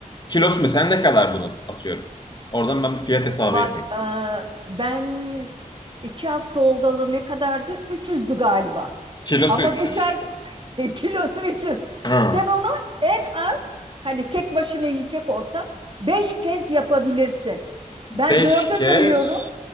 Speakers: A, on the left (about 30°); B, on the right (about 40°).
A: kilosu mesela ne kadar bunu atıyorum? Oradan ben bir fiyat hesabı
B: bak
A: yapayım.
B: e, ben iki hafta oldalı ne kadardı? 300'dü galiba.
A: Kilosu
B: Ama
A: 300.
B: dışarı <laughs> kilosu üç yüz
A: Hı.
B: Sen onu en az hani tek başına yiyecek olsan beş kez yapabilirsin.
A: Beş
B: Ben dörde
A: kez
B: bölüyorum.